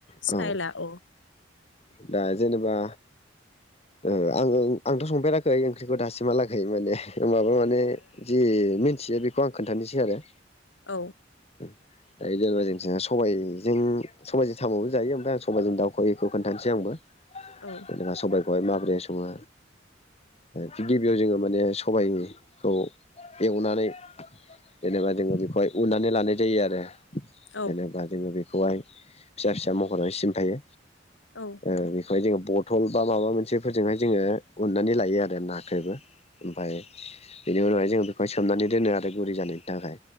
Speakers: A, on the left; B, on the left.
A: औ
B: सिताय्लया
A: औ
B: माबाया
A: दा जेनेबा आं आङो आंथ' संफेराखै ओंख्रिखौ दासिमहालागै माने माबा माने जि मिथियो बेखौ आं खोन्थानोसै आरो
B: औ
A: <unintelligible> दा जेनेबा जोंस साइजों साइजों सामबो जायो ओमफ्राय आं सबाइजों दाउखौहाय खोन्थानोसै आंबो
B: ओ
A: जेना सबायखौहाय माबोरै सङो जुदि बेयाव जोङो माने सबायाइखौ एवनानै जेनेबा जोङो बेखौहाय उननानै लानाय जायो आरो
B: औ
A: जेनेबा जोङो बेखौहाय फिसा फिसा महराव सिमफायो
B: औ
A: ओ बेखौहाय जोङो बथल बा माबा मोनसे मोनसेफोरजोंहाय जोङो अननानै लायो आरो नाख्रेबो ओमफ्राय बेनि उनावहाय जों बेखौहाय सोमनानै दोनो आरो गुरै जानायनि थाखाय